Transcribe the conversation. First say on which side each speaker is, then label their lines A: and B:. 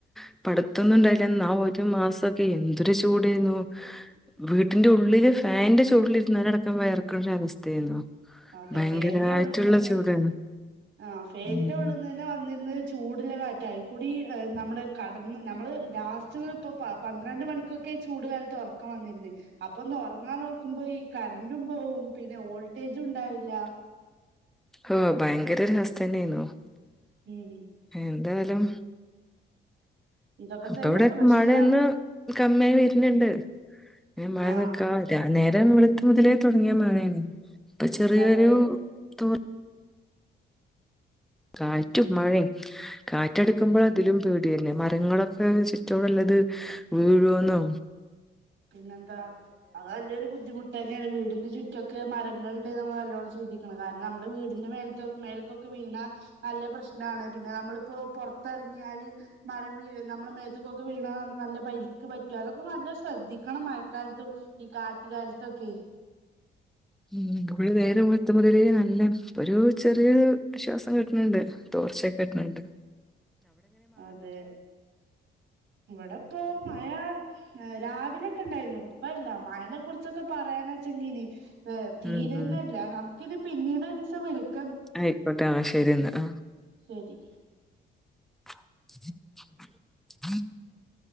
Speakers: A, in the centre; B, on the right (about 65°).
A: ഇപ്പോ അടുത്ത് ത്തൊന്നുണ്ടായില്ല എന്ന ഒരു മാസമൊക്കെ എന്തൊരു ചൂടേന്നു വീട്ടിന്റെ ഉള്ളില് ഫാനിന്റെ ചോട്ടിലിരുന്നാലടക്കം വിയർക്കുന്നര അവസ്ഥയായിരുന്നു
B: അതെ
A: ഭയങ്കരായിട്ടുള്ള
B: ഫേന്റെ ഉള്ളിൽന്ന് തന്നെ
A: ചൂടാണ്
B: ആഹ് ഫേന്റെ
A: ഉം.
B: ഉള്ളിൽ തന്നെ വന്നിരുന്ന ചൂട്ള്ള കാറ്റായിക്കൂടി നമ്മുടെ കടന്ന് നമ്മള് ലാസ്റ്റ് ഇപ്പൊ പ ന്ത്രണ്ട് മണിക്കൊക്കെ ചൂട് കാലത്ത് ഉറക്കം വന്നിരു ന്ന് അപ്പൊ ഒന്ന് ഉറങ്ങാൻ നോക്കുമ്പോ ഈ കറന്റും പോകും പിന്നെ വോൾട്ടേജ് ഇല്ല
A: ഓഹ് ഭയങ്കര ഒരു അവസ്ഥ തന്നെയായിരുന്നു
B: ഉം
A: എന്തായാലും
B: ഇതൊക്കെ
A: അപ്പ
B: തന്നെ
A: ഇവിടെക്ക
B: പ്രശ്നം
A: മഴയൊന്ന് കമ്മിയായി വരുന്നുണ്ട് മഴ
B: ആ
A: നിക്കാ നേരം വെളുത്ത് മുതലേ തുടങ്ങിയ മഴയാണ് ഇപ്പൊ ചെറിയൊരു
B: അതെ
A: തു കാറ്റും മഴയും കാറ്റെടുക്കുമ്പോൾ അതിലും പേടിയന്നെ മരങ്ങളൊക്ക ചുറ്റോറുള്ളത് വീഴുവന്നൊ
B: പിന്നെന്താ അത് അതിന്റെരു ബുദ്ധിമുട്ടു ന്നെയാണ് വീടിനു ചുറ്റുക്കെ മര ങ്ങളിണ്ട് നമ്മളെ നല്ലോണം ശ്രദ്ധിക്കണം കാരണം നമ്മളെ വീടിൻ്റെ മേലിതെ മെലിക് <unintelligible> ട്ടുവിണ നല്ല പ്രശ്നാണ് പിന്നെ നമ്മളിപ്പോ പുറത്ത് ട്ടറങ്ങിയാല് മരംവീഴിന്ന് നമ്മള മേത്തുക്കൊക്കെ വീണാ നല്ല പരിക്ക് പറ്റും അതൊക്കെ നല്ല ശ്രദ്ധിക്കും ക്കണ മയക്കാലത്ത് ഈ കാറ്റ് കാലത്തോക്കെ
A: ഉം ഇവി നേരം വെളുത്ത മുതല്ല് നല്ല ഒരു ചെറിയൊരു വിശ്വാസം കിട്ടണണ്ട് തോർച്ചയക്കെ കിട്ടണണ്ട്
B: അതെ ഇവിടെപ്പോ മഴ രാവിലെക്കെ ഇണ്ടായിരുന്നു ഇപ്പല്ല മഴനെ കുറിച്ചൊക്കെ പറയാൻ വെച്ചെങ്കീനി ഇപ്പ തീരന്നല്ല
A: ഉം ഉം
B: നമുക്ക് ക്കെന പിന്നീട് ഒരുസം വിളിക്ക
A: ആയിക്കോട്ടെ ആ ശരിയന്ന ആ
B: ശരി
A: <inaudible>